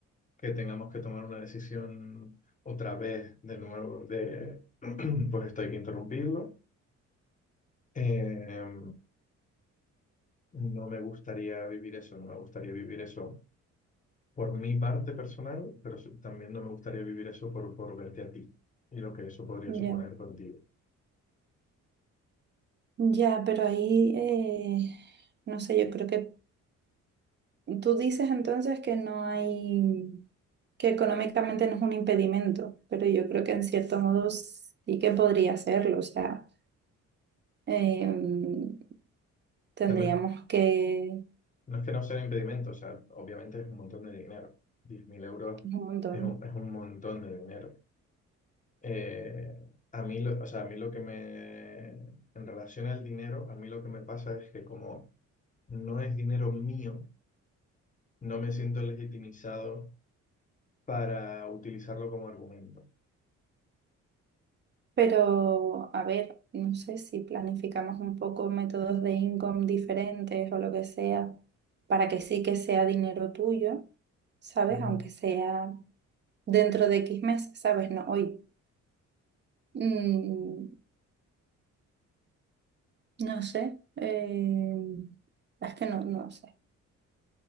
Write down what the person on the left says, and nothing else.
que tengamos que tomar una decisión otra vez de nuevo de, <clears throat> pues esto hay que interrumpirlo. Em, no me gustaría vivir eso, no me gustaría vivir eso por mi parte personal, pero su- también no me gustaría vivir eso por, por verte a ti y lo que eso podría
suponer contigo. O
sea, no es,
no es que no sea un impedimento, o sea, obviamente es un montón de dinero. diez mil euros
es un, es un montón de dinero. Eh, a mí lo, o sea, a mí lo que me, en relación al dinero, a mí lo que me pasa es que como no es dinero mío, no me siento legitimizado para utilizarlo como argumento.
Ujú.